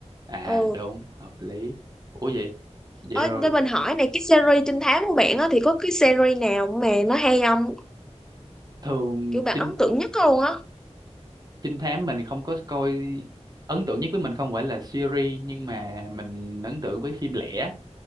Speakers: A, on the right; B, in the centre.
A: à
B: ừ
A: đúng hợp lý ủa vậy vậy
B: ơi
A: rồi
B: cho mình hỏi này cái series trinh thám của bạn á thì có cái series nào mà nó hay không
A: thường
B: kiểu bạn
A: trinh
B: ấn tượng nhất luôn á
A: trinh thám mình không có coi ấn tượng nhất với mình không phải là series nhưng mà mình ấn tượng với phim lẻ